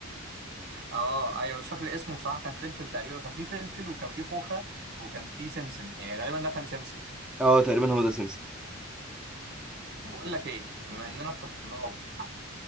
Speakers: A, on the right; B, in the centre.
A: أه أيوه مش فاكر اسمه بصراحة كان فلفل تقريبا كان في فلفل وكان في خوخة وكان في سمسم يعني غالبا ده كان سمسم
B: آه تقريبا هو ده سمسم
A: بقول لك إيه بما إننا افتكرناه وبتاع